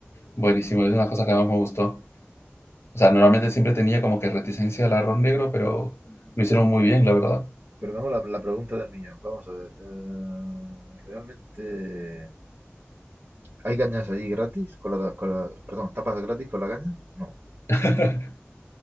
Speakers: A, on the left; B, on the right.
A: buenísimo,
B: ajá.
A: es una cosa que más me gustó. O sea, normalmente siempre tenía como que reticencia al arroz negro, pero lo hicieron muy bien, la verdad.
B: Pero tengo la, la pregunta del millón. Vamos a ver. eh, ¿Realmente hay cañas allí gratis? Con la, con la- perdón, ¿tapas gratis con la caña? No. Sí.
A: <laughs>